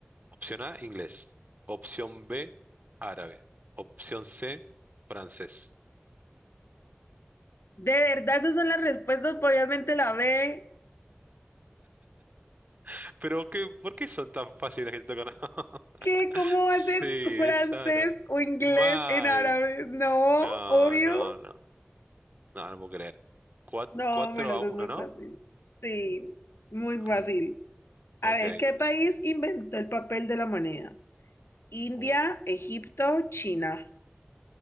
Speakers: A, on the right; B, on the left.
A: opción A, inglés. Opción B, árabe. Opción C, francés.
B: De verdad, esas son las respuestas, pues, obviamente la B.
A: <laughs> Pero qué, ¿por qué son tan fáciles que te tocan? <laughs>
B: ¿Qué? ¿Cómo
A: Sí,
B: va a ser francés
A: es árabe.
B: o inglés
A: Mal.
B: en árabe? No,
A: No,
B: obvio.
A: no, no. No, no puedo creer.
B: No,
A: cuatro
B: me lo haces
A: a uno
B: muy
A: ¿no?
B: fácil. Sí, muy fácil.
A: Mm,
B: A
A: ok.
B: ver, ¿qué país inventó el papel de la moneda? India,
A: Oh,
B: Egipto, China.